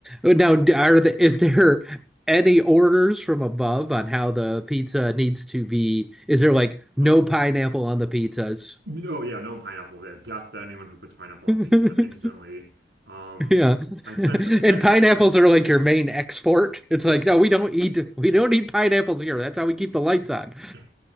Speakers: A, in the centre; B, on the right (about 75°).
A: Oh, Now, d- are the, is there any orders from above on how the pizza needs to be? Is there like no
B: Oh,
A: pineapple on the pizzas?
B: oh yeah, no pineapple. Yeah, death to anyone who puts pineapple on
A: <laughs>
B: pizza instantly. Um
A: Yeah. <laughs>
B: I sense
A: And
B: I sense
A: pineapples are like your main export.
B: <laughs>
A: It's like, no, we don't eat we don't eat pineapples here. That's how we keep the lights on.
B: <laughs>